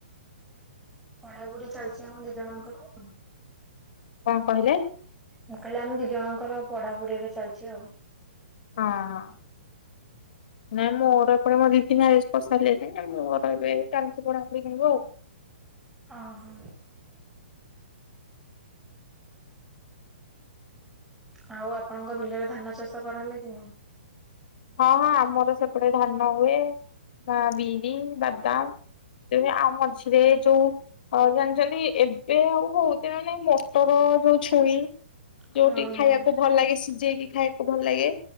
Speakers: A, in the centre; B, on the left.
A: ପଢା ବୁଢି ଚାଲିଛି ଆମ ଦି ଜଣଙ୍କର।
B: କଁ କହିଲେ?
A: ମୁଁ କହିଲେ ଆମେ ଦି ଜଣଙ୍କର ପଢାପଢି ଏବେ ଚାଲିଛି ଆଉ।
B: ହଁ। ନାଇଁ ମୋର ଏପଟେ ମୋ ଦି ଦି ମ୍ୟାରେଜ୍ କରିସାରିଲେଣି ମୋର ଏବେ ଚାଲଛି ପଢ଼ାପଢ଼ି ଆଉ।
A: ଅହୋ। ଆଉ ଆପଣଙ୍କ ବିଲରେ ଧାନ ଚାଷ କରାହେଲେ କି ନାଇଁ?
B: ହଁ ହଁ ଆମର ସେପଟେ ଧାନ ହୁଏ ବା ବିରି, ବାଦାମ ତେବେ ଆଉ ମଝିରେ ଯୋଉ ହଁ ଜାଣିଛନ୍ତି ଏବେ ଆଉ ହଉଥ ନାଇ ମଟର ଯୋଉ ଛୁଇଁ ଯୋଉଠି
A: ହଁ ହଁ।
B: ଖାଇବାକୁ ଭଲ ଲାଗେ ସିଝେଇକି ଖାଇବାକୁ ଭଲ ଲାଗେ